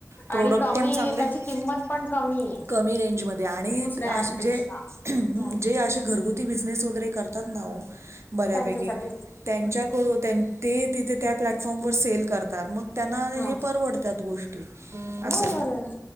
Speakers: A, on the right; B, on the left.
A: प्रोडक्ट
B: आणि कमी
A: पण चांगले
B: त्याची
A: हेत
B: किंमत पण कमी आहे
A: कमी रेंजमध्ये. आणि
B: दुसऱ्या
A: अस
B: ऍपपेक्षा
A: जे
B: ह
A: जे असे घरगुती बिझनेस वगैरे, करतात ना बऱ्यापैकी
B: त्यांच्यासाठी
A: त्यांच्याकड
B: हम्म
A: तिथे त्या प्लॅटफॉर्म व सेल करतात. मग त्यांना
B: हा
A: हे परवडतात गोष्टी अस
B: बरोबर आहे